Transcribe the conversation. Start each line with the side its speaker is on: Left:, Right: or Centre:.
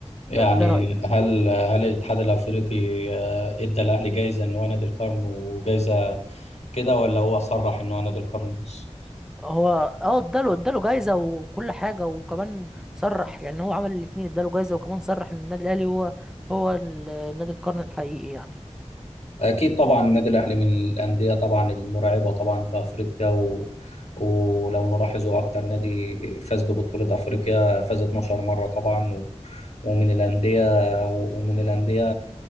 Left: يعني
Centre: ده, ده رايي
Left: هل هل الاتحاد الافريقي آه، ادى الاهلي جايزه ان هو نادي القرن وجايزه كده ولا هو صرح ان هو نادي القرن بس
Centre: هو اه اداله اداله جايزه وكل حاجه وكمان صرح يعني هو عمل الاثنين اداله جايزه وكمان صرح ان النادي الاهلي هو هو ال- نادي القرن الحقيقي يعني
Left: أكيد طبعا النادي الأهلي من الأندية طبعا المرعبة طبعا في أفريقيا و... ولو نلاحظ هو أكتر نادي فاز ببطولة أفريقيا فاز 12 مرة طبعا و... ومن الأندية ومن الأندية